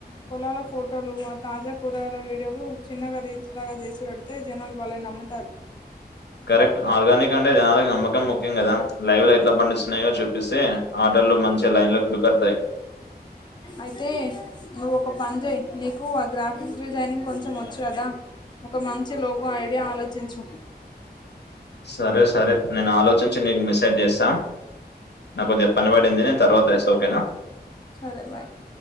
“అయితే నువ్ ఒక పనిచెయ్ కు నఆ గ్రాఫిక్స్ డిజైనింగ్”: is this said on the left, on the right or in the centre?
Left